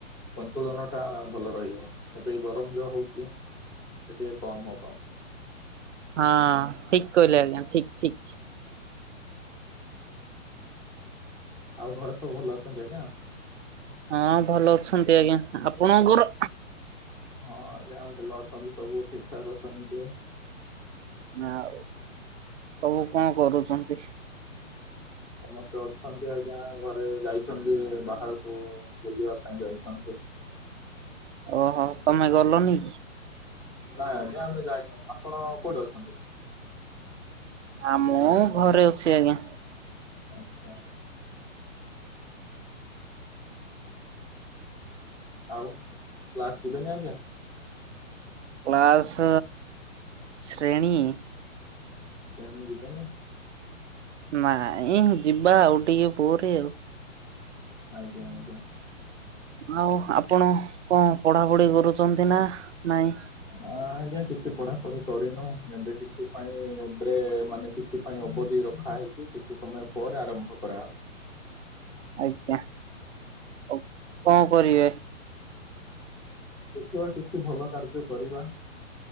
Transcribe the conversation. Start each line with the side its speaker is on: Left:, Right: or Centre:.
Centre: ସନ୍ତୁଳନଟା ଭଲ ରହିବ ଏବେ ଗରମ ଯୋଉ ହଉଛି। ଟିକିଏ କମ୍ ହେବ।
Right: ହଁ ଠିକ୍ କହିଲେ ଆଜ୍ଞା ଠିକ୍ ଠିକ୍।
Centre: ଆଉ ଘରେ ସବୁ ଭଲ ଅଛନ୍ତି ଆଜ୍ଞା?
Right: ହଁ ଭଲ ଅଛନ୍ତି ଆଜ୍ଞା ଆପଣଙ୍କର?
Centre: ହଁ ଆଜ୍ଞା ଭଲ ଅଛନ୍ତି ସବୁ ଠିକ୍ ଠାକ୍ ଅଛନ୍ତି।
Right: ଆଉ ସବୁ କଣ କରୁଛନ୍ତି?
Centre: ସମସ୍ତେ ଅଛନ୍ତି ଆଜ୍ଞା ଘରେ ଯାଇଛନ୍ତି ବାହାରକୁ ବୁଲିବା ପାଇଁ ଯାଇଛନ୍ତି?
Right: ଓହୋ ତମେ ଗଲନି?
Centre: ନାଇଁ ଆଜ୍ଞା ଆମେ ଯାଇନୁ ଆପଣ କୋଉଠି ଅଛନ୍ତି?
Right: ଆ ମୁଁ ଘରେ ଅଛି ଆଜ୍ଞା।
Centre: ଆଛା। ଆଉ କ୍ଲାସ ଯିବେନି ଆଜ୍ଞା?
Right: କ୍ଲାସ୍ ଶ୍ରେଣୀ?
Centre: ଶ୍ରେଣୀ ଯିବେନି?
Right: ନାଇ ଯିବା ଆଉ ଟିକେ ପରେ ଆଉ।
Centre: ଆଜ୍ଞା ଆଜ୍ଞା।
Right: ଆଉ ଆପଣ କଣ ପଢାପଢି କରୁଛନ୍ତି ନା? ନାଇଁ?
Centre: ଆଁ ଆଜ୍ଞା କିଛି ପଢାପଢି କରିନୁ ଏବେ? କିଛି ପାଇଁ ମାନେ କିଛି ପାଇଁ ଅବଧି ରଖା ହେଇଛି କିଛି ସମୟ ପରେ ଆରମ୍ଭ କରାହବ।
Right: ଆଜ୍ଞା କଣ କରିବେ?
Centre: ଦେଖିବା କିଛି ଭଲ କାର୍ଯ୍ୟ କରିବା।